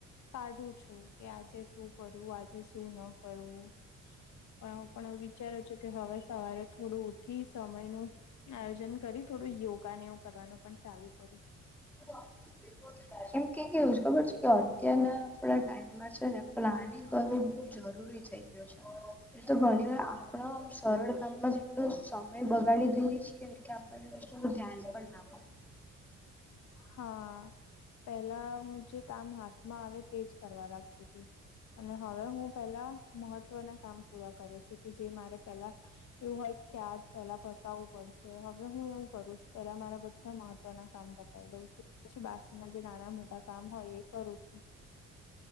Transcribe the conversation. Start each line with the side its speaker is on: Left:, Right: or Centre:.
Left: કાઢું છું કે આજે શું કરું આજે શું ન કરું પણ હું પણ વિચારું છું કે હવે સવારે થોડું ઉઠી સમયનું આયોજન કરી થોડું યોગાને એવું કરવાનું પણ ચાલુ કરું
Centre: <unintelligible> એમ કે કેવું છે ખબર છે કે અત્યારના આપણા ટાઈમમાં છે ને પ્લાનિંગ બહુ જરૂરી થઈ ગયો છે એ તો ઘણી વાર આપણો સરળ કામમાં જેટલો સમય બગાડી દઈએ છીએને કે અને વસ્તુ નું ધ્યાન પણ ના હોય
Left: હા પેલા હું જે કામ હાથમાં આવે તે જ કરવા લાગતી હતી અને હવે હું પેલા મહત્વના કામ પૂરા કરું છું કે જે મારે પેલા એવું હોય કે આજ પેલા પતાવું પડશે હવે હું એવું કરું છું પેલા મારા બધા મહત્વના કામ દઉં છું પછી બાકીના જે નાના મોટા કામ હોય એ કરું છું